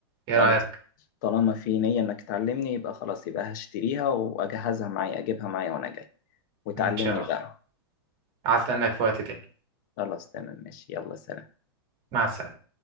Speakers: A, on the right; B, on the left.
A: إيه
B: خلاص
A: رأيك؟
B: طالما في نيه انك تعلمني يبقى خلاص يبقى هشتريها واجهزها معايا اجيبها معايا وانا جاي وتعلمني
A: إن شاء الله
B: بقى
A: هستناك في وقت تاني
B: خلاص تمام ماشي يلا سلام
A: مع السلامة